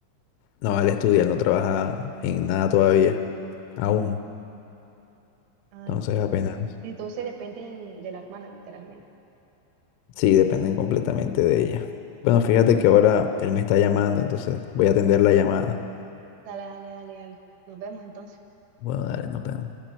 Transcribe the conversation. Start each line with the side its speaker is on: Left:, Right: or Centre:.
Left: No, él estudia, él no trabaja en nada todavía, aún,
Right: Ah,
Left: entonces
Right: entiendo.
Left: apenas,
Right: Entonces dependen de la hermana, literalmente.
Left: sí, dependen completamente de ella. Bueno, fíjate que ahora él me está llamando, entonces voy a atender la llamada.
Right: Dale, dale, dale, dale. Nos vemos entonces.
Left: Bueno, dale, nos vemos.